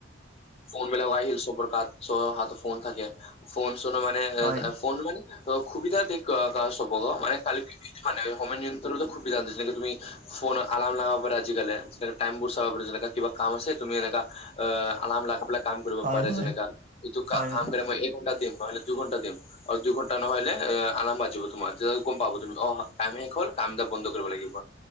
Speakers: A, on the left (about 30°); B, on the right (about 40°).
A: ফোন বিলাক আহিল চব হাত চ' হাততে ফোন থাকে ফোন-চোন মানে
B: হয়
A: ফোন মান অ', সুবিধা দি ক', ক', চবকে মানে কালি মানে সময় নিয়ন্ত্ৰণতো সুবিধা দিছে যেনেকে তুমি ফোনৰ আলাৰ্ম লগাব পাৰে আজিকালি, যেনে টাইম বোৰ চাব পাৰে। যেনে কিবা কাম আছে তুমি এনেকা অ, আলাৰ্ম লাগাই পেলে কাম কৰিব
B: হয়
A: পাৰে
B: হয়
A: যেনেকা এইটো
B: হয়
A: কাম
B: হয়
A: কৰি মই এঘণ্টা তেনেকুৱা হ'লে দুঘণ্টা দিয়ক। অ, দুঘণ্টা নহ'লে আলাৰ্ম বাজিব তোমাৰ তেতিয়া গম পাব তুমি অ, টাইম শেষ হ'ল কাম-দাম বন্ধ কৰিব লাগিব।